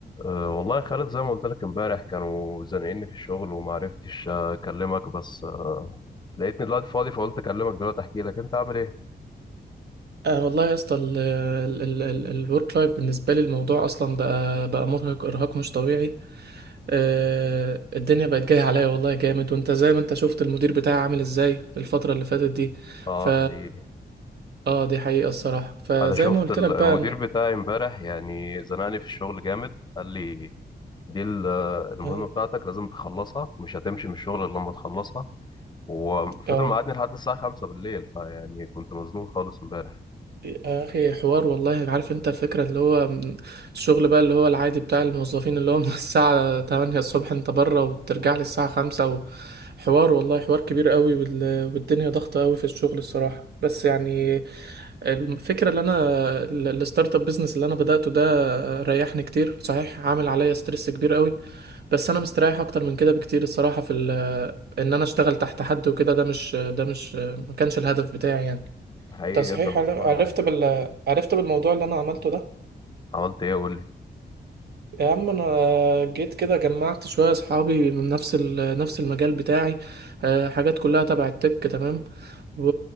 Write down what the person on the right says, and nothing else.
آه والله يا اسطى الورك لايف بالنسبه لي الموضوع اصلا بقى بقى مرهق ارهاق مش طبيعي آه الدنيا بقت جايه عليا والله جامد وانت زي ما انت شفت المدير بتاعي عامل ازاي الفتره اللي فاتت دي
ف
اه دي حقيقه الصراحه فزي
ما قلت
لك
بقى إن-
اه
آه.
يا اخي حوار والله عارف انت الفكره اللي هو من- الشغل بقى اللي هو العادي بتاع الموظفين اللي هو من <laughs> الساعه 8 الصبح انت بره وترجع لي الساعه 5 حوار والله حوار كبير قوي وال- والدنيا ضغطه قوي في الشغل الصراحه بس يعني الفكره اللي انا ال- الستارت اب بيزنس اللي انا بداته ده ريحني كتير صحيح عامل عليا ستريس كبير قوي بس انا مستريح اكتر من كده بكتير الصراحه في ال- ان انا اشتغل تحت حد وكده ده مش ده مش ما كانش الهدف بتاعي يعني
ده صحيح
عر- عرفت بال... عرفت بالموضوع اللي انا عملته ده
يا عم انا جيت كده جمعت شويه اصحابي من نفس ال- نفس المجال بتاعي آه، حاجات كلها تبع التك تمام و...